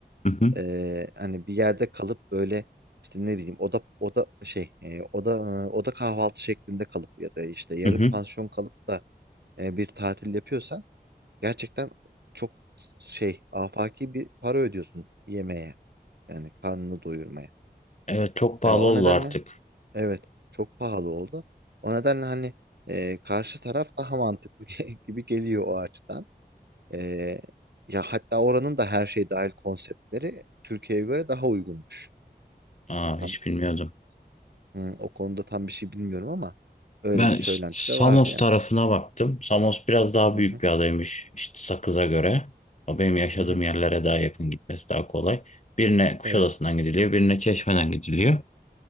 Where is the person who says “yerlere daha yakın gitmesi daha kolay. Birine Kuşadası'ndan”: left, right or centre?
Left